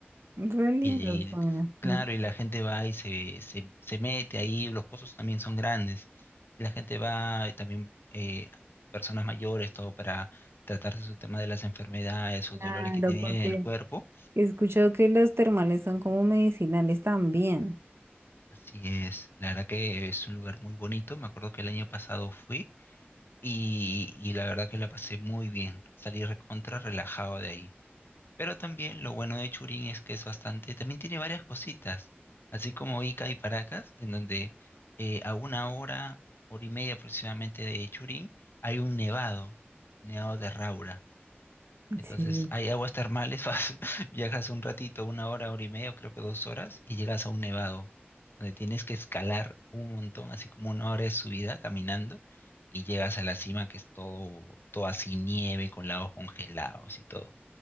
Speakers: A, on the right; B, on the left.
A: re lindo
B: Y
A: suena.
B: claro,
A: Mm,
B: y la gente va y se, se, se mete ahí, los pozos también son grandes. Y la gente va, y también eh, personas mayores, todo para tratarse su tema de las enfermedades
A: Claro,
B: o dolores que tienen
A: porque
B: en el cuerpo.
A: He escuchado que los termales son como medicinales también.
B: Así es, la verdad que es un lugar muy bonito. Me acuerdo que el año pasado fui y, y la verdad que la pasé muy bien. Salí recontra relajado de ahí. Pero también lo bueno de Churín es que es bastante, también tiene varias cositas, así como Ica y Paracas, en donde eh, a una hora, hora y media aproximadamente de Churín, hay un nevado, nevado de Raura. Entonces
A: Sí.
B: hay aguas termales, <laughs> vas- viajas un ratito, una hora, hora y media, o creo que dos horas, y llegas a un nevado, donde tienes que escalar un montón, así como una hora de subida caminando, y llegas a la cima que es todo, todo así nieve, con lagos congelados y todo.